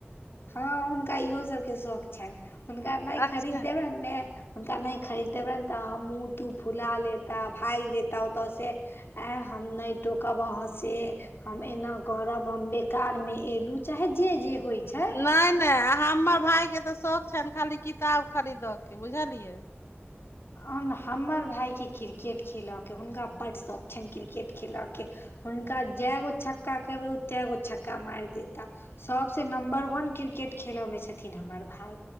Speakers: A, on the left (about 65°); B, on the left (about 80°).
A: हँ हुनका इहो सब के शौख छनि हुनका नहि
B: अच्छा
A: खरीद देबनि ने हुनका नहि खरीद देबनि ने तऽ हमूँह तू फुला लेता भागि जेता ओतऽ से आ हम नहि टोकव अहाँ से हम एना करब हम बेकारमे अयलहुँ चाहे जे जे होइ छै
B: नहि नहि आ हमर भााय के तऽ शौख छनि खाली किताब खरीदऽ के बुझलियै
A: ओहन हमर भायके क्रिकेट खेलयके हुनका बड्ड शौक छनि क्रिकेट खेलयके हुनका जै गो छक्का कहबै ओ ते गो छक्का मारि देता सभसँ नम्बर वन क्रिकेट खेलयमे छथिन हमर भाय